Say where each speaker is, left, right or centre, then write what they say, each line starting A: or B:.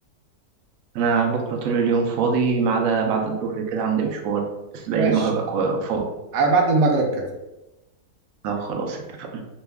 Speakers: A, on the right; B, on the right.
A: انا بكره طول اليوم فاضي ما عدا بعد الظهر كده عندي مشوار بس باقي
B: ماشي
A: اليوم هبقى كوا- فاضي
B: على بعد المغرب كده
A: طب خلاص اتفقنا